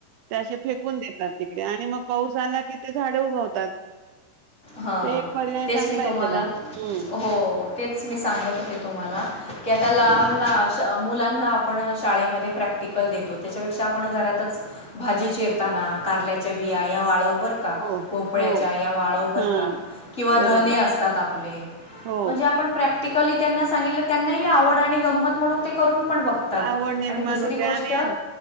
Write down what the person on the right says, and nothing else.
त्याे फेकून देतात तिकडे आणि मग पाऊस आला की ते झाडं उगवतात.
ते एक पर्याय
चांगला
आहे त्याला हम्म
हो
हो
हा
बरोबर
हो
आवड निर्माण
होते
आणि